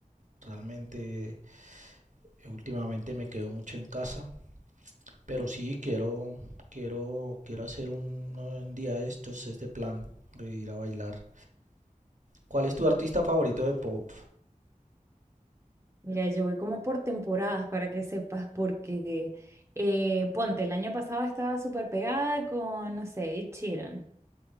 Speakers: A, on the right; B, on the right.
A: Realmente, eh, últimamente me quedo mucho en casa, pero sí quiero, quiero, quiero hacer un, no, un día de estos, este plan de ir a bailar. ¿Cuál es tu artista favorito de pop?
B: Mira, yo voy como por temporadas para que sepas, porque eh, ponte, el año pasado estaba súper pegada con, no sé, Ed Sheeran.